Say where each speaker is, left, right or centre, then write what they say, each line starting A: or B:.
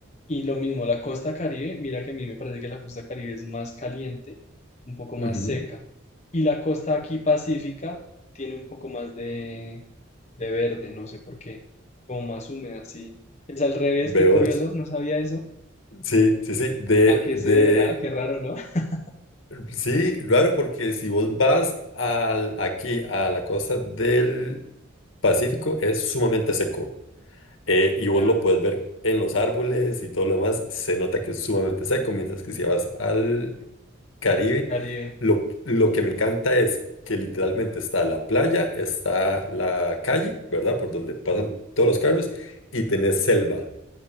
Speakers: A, on the left; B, on the left.
A: Y lo mismo, la costa Caribe, mira que a mí me parece que la costa Caribe es más caliente, un poco más
B: ujú,
A: seca. Y la costa aquí pacífica tiene un poco más de, de verde, no sé por qué, como más húmeda, sí. Es al revés,
B: Veo,
A: qué curioso, no sabía eso.
B: sí, sí, sí, de,
A: ¿A qué
B: de,
A: se deberá? Qué raro, ¿no? <laughs>
B: sí, raro porque si vos vas al, aquí a la costa del Pacífico es sumamente seco eh, y vos
A: Ya,
B: lo puedes ver en los árboles y todo lo demás, se nota que es sumamente seco, mientras que si vas al Caribe,
A: al Caribe.
B: lo, lo que me encanta es que literalmente está la playa, está la calle, ¿verdad? Por donde pasan todos los carros y tenés selva.